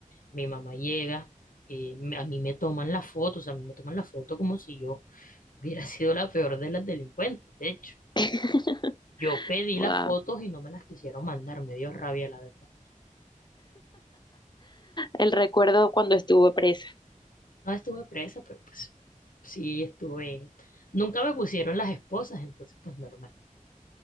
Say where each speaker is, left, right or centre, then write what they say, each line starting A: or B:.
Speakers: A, on the left; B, on the left.
A: Mi mamá llega, eh, me- a mí me toman la foto, o sea, a mí me toman la foto como si yo hubiera sido la peor de las delincuentes, de hecho.
B: <laughs>
A: Yo pedí
B: Wow.
A: las fotos y no me las quisieron mandar, me dio rabia, la verdad.
B: El recuerdo cuando estuve presa.
A: No estuve presa, pero pues sí estuve. Nunca me pusieron las esposas, entonces pues normal.